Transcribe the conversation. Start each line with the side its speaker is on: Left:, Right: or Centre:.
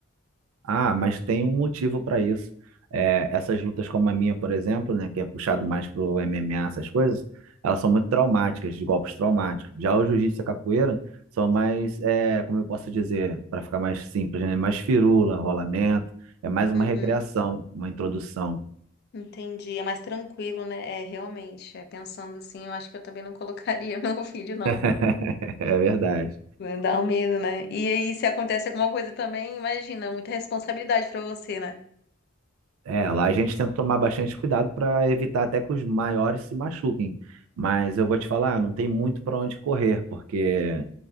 Right: Ah, mas tem um motivo para isso. É, essas lutas como a minha, por exemplo, né, que é puxado mais pro MMA, essas coisas, elas são muito traumáticas, de golpes traumáticos. Já o jiu-jitsu e a capoeira são mais, é, como eu posso dizer, para ficar mais simples, né, mais firula, rolamento, é mais uma
Left: Uhum,
Right: recreação, uma introdução.
Left: entendi. É mais tranquilo, né? É, realmente. É, pensando assim, eu acho que eu também não colocaria <laughs> meu filho, não.
Right: <laughs> É verdade.
Left: Dá um medo, né? E aí, se acontece alguma coisa também, imagina, muita responsabilidade pra você, né?
Right: É, lá a gente tenta tomar bastante cuidado para evitar até que os maiores se machuquem. Mas eu vou te falar, não tem muito para onde correr, porque